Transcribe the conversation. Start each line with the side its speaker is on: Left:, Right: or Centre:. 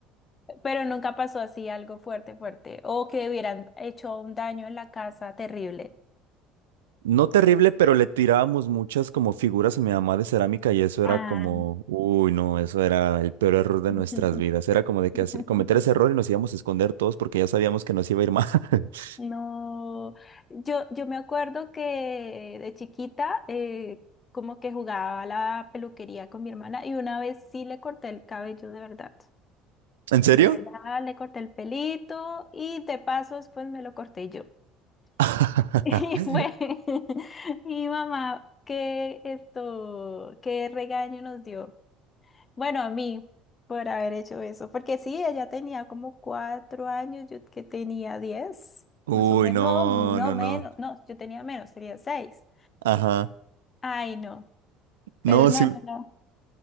Left: Pero nunca pasó así algo fuerte, fuerte. O que hubieran hecho un daño en la casa terrible.
Right: No terrible, pero le tirábamos muchas como figuras a mi mamá de cerámica y eso
Left: Ah.
Right: era como, uy, no, eso era el peor error de
Left: <laughs>
Right: nuestras vidas. Era como de que
Left: <laughs>
Right: hace- cometer ese error y nos íbamos a esconder todos porque ya sabíamos que nos iba a ir mal. <laughs>
Left: No, yo, yo me acuerdo que de chiquita eh, como que jugaba a la peluquería con mi hermana y una vez sí le corté el cabello de verdad.
Right: ¿En serio?
Left: De verdad le corté el pelito y de paso después me lo corté yo. <laughs>
Right: <laughs>
Left: Y fue <laughs> mi mamá, qué esto, qué regaño nos dio. Bueno, a mí, por haber hecho eso, porque sí, ella tenía como cuatro años, yo que tenía diez,
Right: Uy,
Left: más o menos,
Right: no,
Left: no, no
Right: no,
Left: menos,
Right: no.
Left: no, yo tenía menos, tenía seis.
Right: Ajá.
Left: Ay, no,
Right: No,
Left: pero no,
Right: sí,
Left: no, no,